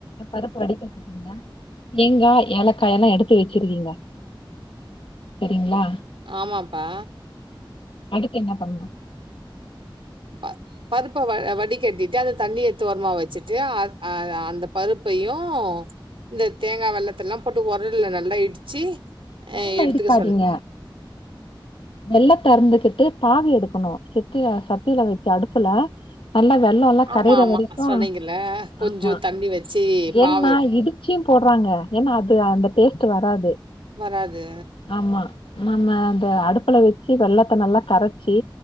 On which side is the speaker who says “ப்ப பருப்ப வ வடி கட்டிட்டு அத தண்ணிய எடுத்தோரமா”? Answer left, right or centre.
Right